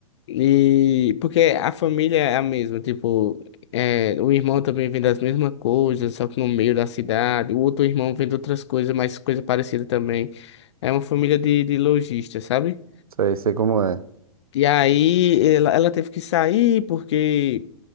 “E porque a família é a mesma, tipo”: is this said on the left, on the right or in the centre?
Left